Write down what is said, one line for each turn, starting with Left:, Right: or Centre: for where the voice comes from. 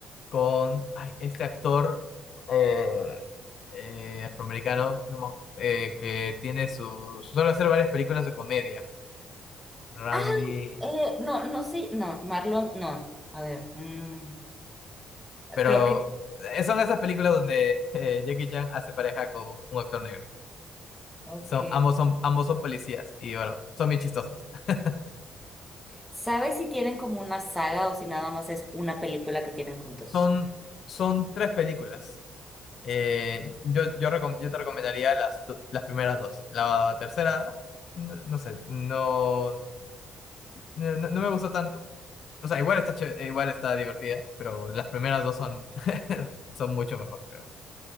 Left: con ay, este actor eh, eh, afroamericano no me ac- eh, que tiene su... suele hacer varias películas de comedia. Randy.
Centre: Ah, eh, no, no, sé, no, Marlon, no. A ver, mm,
Left: Pero
Centre: creo que,
Left: eh, son esas películas donde eh, Jackie Chan hace pareja con un actor negro.
Centre: ok.
Left: Son, ambos, son, ambos son policías y bueno, son bien chistosas. <laughs>
Centre: ¿Sabes si tienen como una saga o si nada más es una película que tienen juntos?
Left: Son, son tres películas. Eh, yo, yo, recom- yo te recomendaría las, do- las primeras dos. La tercera, eh, no, no sé, no, no, no no me gustó tanto. O sea, igual está, chévere- igual está divertida, pero las primeras dos son, <laughs> son mucho mejor, creo.